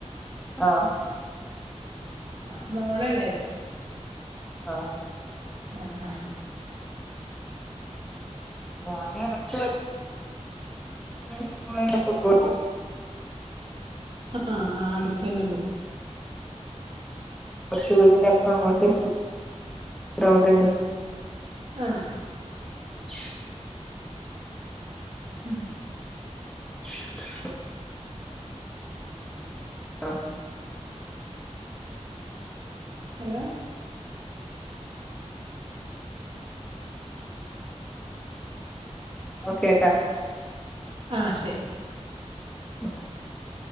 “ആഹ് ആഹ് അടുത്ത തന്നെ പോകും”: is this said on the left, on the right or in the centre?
Right